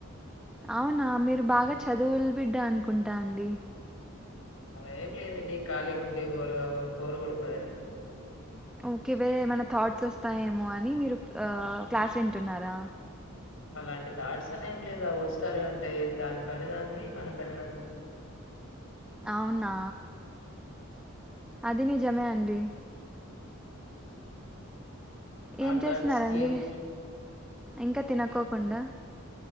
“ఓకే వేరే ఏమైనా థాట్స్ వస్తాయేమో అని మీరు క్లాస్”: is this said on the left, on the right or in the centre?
Centre